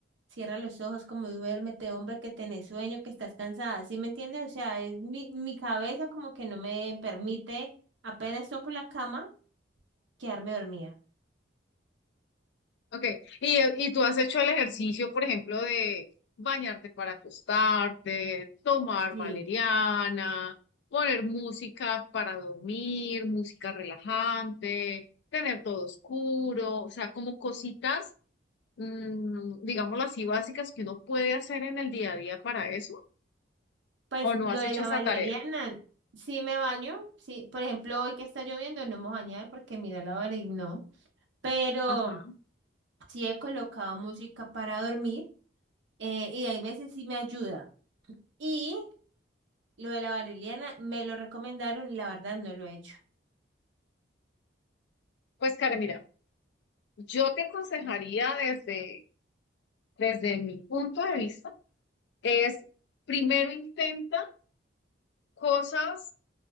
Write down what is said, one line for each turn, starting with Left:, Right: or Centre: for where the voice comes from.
Right: Cierra los ojos, como duérmete, hombre, que tenés sueño, que estás cansada, ¿sí me entiendes? O sea, es mi, mi cabeza como que no me permite, apenas toco la cama, quedarme dormida.
Left: Ok, y, y tú has hecho el ejercicio, por ejemplo, de bañarte para acostarte, tomar
Right: Sí.
Left: valeriana, poner música para dormir, música relajante, tener todo oscuro, o sea, como cositas, mm, digámoslo así, básicas que uno puede hacer en el día a día para eso,
Right: Pues
Left: o no
Right: lo
Left: has
Right: de
Left: hecho
Right: la
Left: esa
Right: valeriana,
Left: tarea.
Right: sí me baño, sí, por ejemplo, hoy que está lloviendo no me voy a bañar porque mira la valeriana, no, pero
Left: Ajá.
Right: sí he colocado música para dormir eh, y hay veces sí me ayuda. Y lo de la valeriana me lo recomendaron, y la verdad no lo he hecho.
Left: Pues, Karen, mira, yo te aconsejaría desde, desde mi punto de vista, es primero intenta. cosas